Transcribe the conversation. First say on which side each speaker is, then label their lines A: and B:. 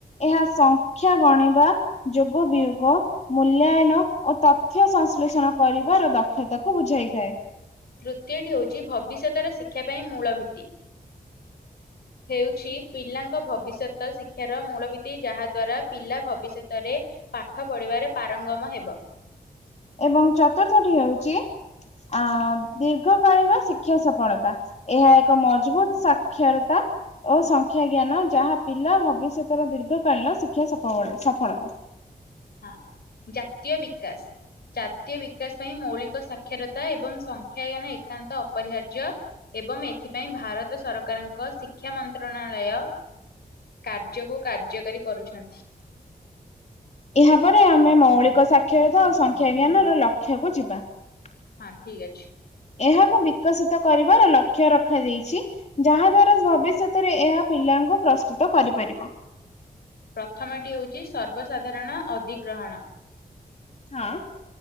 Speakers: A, on the left (about 45°); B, on the left (about 80°).
A: ଏହା ସଂଖ୍ୟା ଗଣିବା, ଯୋଗ ବିୟୋଗ, ମୂଲ୍ୟାୟନ ଓ ତଥ୍ୟ ସଂଶ୍ଳେଷଣ କରିବାର ଦକ୍ଷତାକୁ ବୁଝାଇଥାଏ।
B: ତୃତୀୟଟି ହେଉଚି ଭବିଷ୍ୟତରେ ଶିକ୍ଷା ପାଇଁ ମୂଳ ଭିତ୍ତି । ହେଉଚି ପିଲାଙ୍କ ଭବିଷ୍ୟତ ଶିକ୍ଷାର ମୂଳ ଭିତ୍ତି ଯାହା ଦ୍ଵାରା ପିଲା ଭବିଷ୍ୟତରେ ପାଠ ପଢିବାରେ ପାରଙ୍ଗମ ହେବ।
A: ଏବଂ ଚତୁର୍ଥଟି ହେଉଚି ଆ ଦୀର୍ଘକାଳୀନ ଶିକ୍ଷା ସଫଳତା ଏହା ଏକ ମଜବୁତ୍ ସାକ୍ଷରତା । ଓ ସଂଖ୍ୟା ଜ୍ଞାନ ଯାହା ପିଲା ଭବିଷ୍ୟତର ଦୀର୍ଘକାଳୀନ ଶିକ୍ଷା ସଫଳ ସଫଳତା ।
B: ହଁ ଜାତୀୟ ବିକାଶ୍। ଜାତୀୟ ବିକାଶ ପାଇଁ ମୌଳିକ ସାକ୍ଷରତା ଏବଂ ସଂଖ୍ୟାଜ୍ଞାନ ଏକାନ୍ତ ଅପରିହାର୍ଯ୍ୟ। ଏବମ୍ ଏଥିପାଇଁ ଭାରତ ସରକାରଙ୍କ ଶିକ୍ଷା ମନ୍ତ୍ରଣାଳାୟ କାର୍ଯ୍ୟକୁ କାର୍ଯ୍ୟକାରୀ କରୁଛନ୍ତି ।
A: ଏହାପରେ ଆମେ ମୌଳିକ ସାକ୍ଷରତା ଆଉ ସଂଖ୍ୟା ଜ୍ଞାନରେ ଲକ୍ଷକୁ ଯିବା ।
B: ହଁ ଠିକ୍ ଅଛି ।
A: ଏହାକୁ ବିକଶିତ କରିବାର ଲକ୍ଷ ରଖାଯାଇଚି ଯାହା ଦ୍ଵାରା ଭବିଷ୍ୟତରେ ଏହା ପିଲା ତାଙ୍କୁ ପ୍ରସ୍ତୁତ କରିପାରିବ ।
B: ପ୍ରଥମଟି ହଉଚି ସର୍ବସାଧାରଣ ଅଦିଗ୍ରହଣ।
A: ହଁ ।